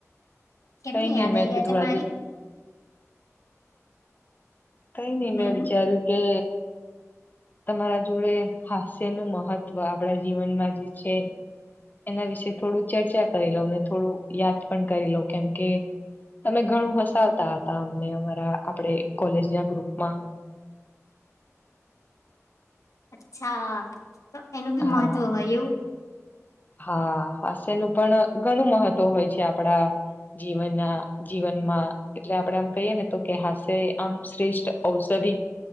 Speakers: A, on the left; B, on the left.
A: કેમની
B: કઈ નઈ
A: યાદ
B: મેં
A: આયી
B: કીધું
A: આજે મારી.
B: કઈ ની
A: હમ
B: મેં
A: હમ.
B: વિચાર્યું કે. તમારા જોડે હાસ્ય નું મહત્વ આપડા જીવનમાં જે. છે એના વિશે થોડું. ચર્ચા કરી લઉ ને થોડું યાદ પણ કરી લઉ કેમ કે. અમે ઘણું હસાવતા હતા અમને અમારા આપડે કોલેજ ના ગ્રુપમાં.
A: અચ્છા તો એનું બી મહત્વ
B: હા
A: હોય એવું
B: હા હાસ્યનું પણ ઘણું મહત્વ હોય છે આપડા જીવનના જીવનમાં એટલે આપડે આમ કહીએ ને તો કે હાસ્ય આમ શ્રેષ્ઠ ઔષધિ